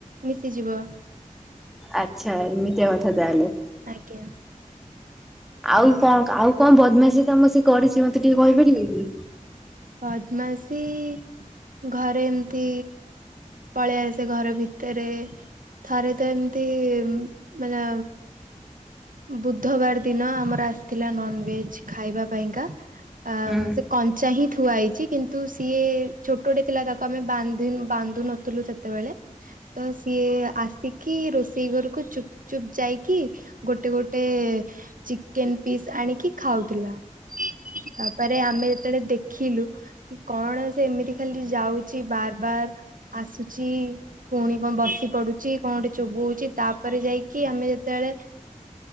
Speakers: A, on the right (about 80°); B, in the centre.
A: ମିଶିଯିବ।
B: ଆଚ୍ଛା ଏମିତିକା କଥା ତାହେଲେ।
A: ଆଜ୍ଞା।
B: ଆଉ କଣ ଆଉ କଣ ବଦମାସି କାମ ସିଏ କରିଛି ମୋତେ ଟିକେ କହିପାରିବେ କି?
A: ବଦମାସି ଘରେ ଏମିତି ପଳେଇ ଆସେ ଘର ଭିତରେ ଥରେ ତ ଏମିତି ମାନେ ବୁଧବାର ଦିନ ଆମର ଆସିଥିଲା ନନଭେଜ୍ ଖାଇବା ପାଇଁକା। ଆଉ
B: ହୁଁ
A: ସେ ଚାହିଁ ଥୁଆ ହେଇଛି କିନ୍ତୁ ସିଏ ଛୋଟଟେ ଥିଲା ତାକୁ ଆମେ ବାନ୍ଧିନୁ ବାନ୍ଧୁ ନଥୁଲୁ ସେତେବେଳେ। ତ ସିଏ ଆସିକି ରୋଷେଇ ଘରକୁ ଚୁପ୍ ଚୁପ୍ ଯାଇକି। ଗୋଟେ ଗୋଟେ ଚିକେନ୍ ପିସ୍ ଆଣିକି ଖାଉଥିଲା। ତାପରେ ଆମେ ଯେତେଳେ ଦେଖିଲୁ କି କଣ ସେ ଏମିତି ଖାଲି ଯାଉଛି ବାର ବାର। ଆସୁଛି ପୁଣି କଣ ବସି ପଡୁଚି କଣ ଗୋଟେ ଚୋବୁଉଚି ତାପରେ ଯାଇକି ଆମେ ଯେତେବେଳେ